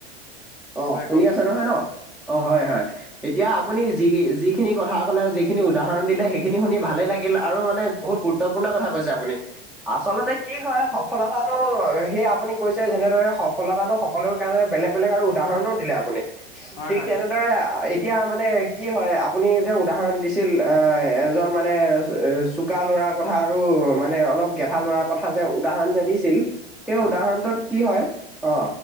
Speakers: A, in the centre; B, on the left.
A: অ
B: হয়
A: শুনি
B: কওকচোন
A: আছা নহয় ন অ হয় হয়। এতিয়া আপুনি যি যিখিনি কথা ক'লে যিখিনি উদাহৰণ দিলে সেইখিনি শুনি ভালেই লাগিল আৰু মানে বহুত গুৰুত্ গুৰুত্বপূৰ্ণ কথা কৈছে আপুনি আচলতে কি হয় সফলতাটো হেই আপুনি কৈছে যেনেদৰে সফলতাটো সকলোৰে কাৰণে বেলেগ বেলেগ আৰু উদাহৰণো দিলে আপুনি
B: হয়
A: ঠিক
B: হয়
A: তেনেদৰে আ এত এতিয়া মানে কি হয় আপুনি যে উদাহৰণ দিছিল এ এজন মানে অ চোক চোকা লৰা কথা আৰু মানে অলপ গেধা লৰা কথা যে উদাহৰণ যে দিছিল। সেই
B: হয়
A: উদাহৰণটোত কি হয় অ